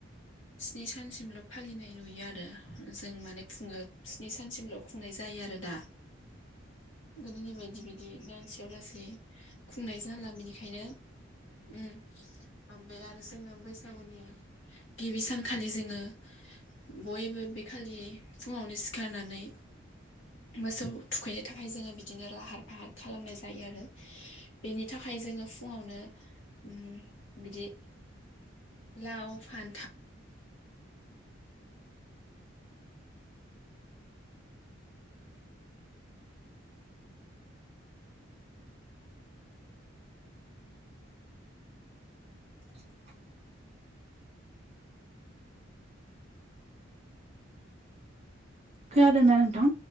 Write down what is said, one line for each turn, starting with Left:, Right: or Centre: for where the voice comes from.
Left: स्नि सानसिमल' फालिनाय नुयो आरो, जों माने खुङो स्नि सानसिमल' खुंनाय जा यो आरो दा। गोदोनि बायदि बिदि दानसेयाव लासै खुंनाय जाला बेनिखायनो उम ओमफ्राय आरो जोङो बैसागुनि गिबि सानखालि जोङो बयबो बे खालि फुङावनो सिखारनानै मोसौ थुखैनो थाखाय जोङो बिदिनो लाहार फाहार खालामनाय जायो आरो बेनि थाखाय जोङो फुंआवनो उम बिदि लाव, फानथाव
Right: <inaudible> खोनादोंना नोंथां?